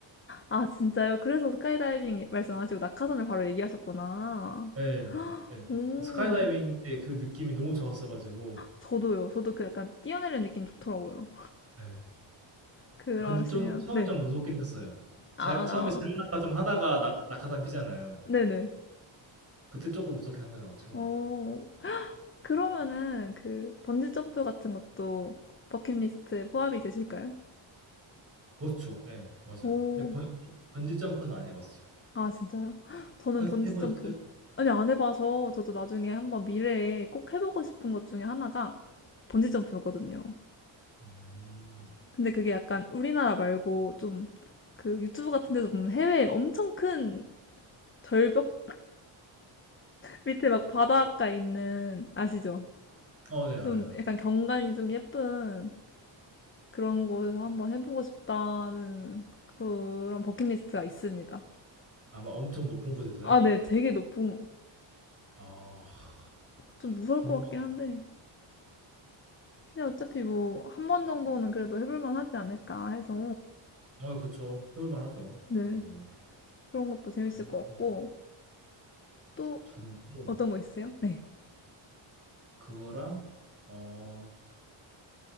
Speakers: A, on the left; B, on the right.
A: 아, 진짜요? 그래서 스카이다이빙 말씀하시고 낙하산을 바로 얘기하셨구나.
B: 예. 예.
A: 오.
B: 스카이다이빙 때 그 느낌이 너무 좋았어가지고.
A: 저도요. 저도 그 약간 뛰어내리는 느낌 좋더라고요.
B: 예.
A: 그러시면
B: 근데 좀 처음에
A: 네.
B: 좀 무섭긴 했어요.
A: 아,
B: 자, 처음에 자유낙하 좀 하다가 낙, 낙하산 피잖아요.
A: 네네.
B: 그때 조금 무섭긴 하더라고 처음에는.
A: 어, 그러면은 그 번지 점프 같은 것도 버킷리스트에 포함이 되실까요?
B: 그렇죠. 예, 맞아요.
A: 오,
B: 근데 번, 번지 점프는 안 해봤어요.
A: 아 진짜요? <gasps> 헉, 저는
B: 해,
A: 번지
B: 해보셨어요?
A: 점프 아니 안 해봐서 저도 나중에 한번 미래에 꼭 해보고 싶은 것 중에 하나가 번지 점프였거든요.
B: 음.
A: 근데 그게 약간 우리나라 말고 좀 그 유튜브 같은 데서 보면 해외에 엄청 큰 절벽 밑에 막 바닷가 있는, 아시죠?
B: 어, 네, 알아요.
A: 좀 약간 경관이 좀 예쁜 그런 곳에서 한번 해보고 싶다는 그런 버킷리스트가 있습니다.
B: 아마 엄청 높은 곳에서요?
A: 아, 네. 되게 높은 곳.
B: 아,
A: 좀 무서울
B: 궁금하게.
A: 것 같긴 한데. 근데 어차피 뭐, 한 번 정도는 그래도 해볼만 하지 않을까 해서,
B: 어, 예, 그쵸. 해볼 만하죠.
A: 네.
B: 그 정도면.
A: 그런 것도 재밌을
B: 그거
A: 것 같고, 또
B: 저는 또
A: 어떤 거 있으세요? 네.
B: 그거랑 어